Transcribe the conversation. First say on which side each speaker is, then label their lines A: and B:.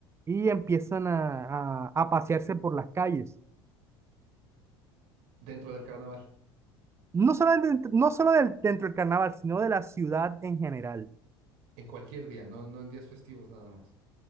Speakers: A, on the right; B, on the right.
A: y empiezan a, a, a pasearse por las calles.
B: dentro del carnaval,
A: No solo, dentro, no solo del- dentro del carnaval, sino de la ciudad en general.
B: en cualquier día, no, no en días festivos nada más.